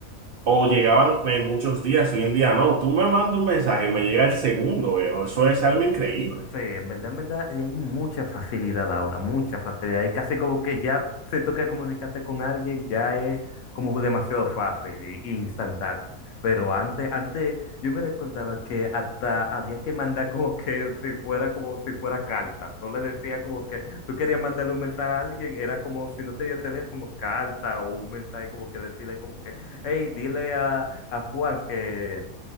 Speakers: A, on the right; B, on the left.
A: o llegaban en muchos días, hoy en día no, tú me mandas un mensaje y me llega el segundo, veo, eso es algo increíble.
B: Sí, en verdad, en verdad, y hay mucha facilidad ahora, mucha facilidad. Y casi como que ya se toca comunicarte con alguien, ya es como demasiado fácil e e instantáneo. Pero antes, antes yo me recordaba que hasta había que mandar como que si fuera como si fuera carta. Tú le decías como que tú querías mandarle un mensaje a alguien, era como si no tenía teléfono, carta o un mensaje como que decirle como que, hey, dile a, a Juan que,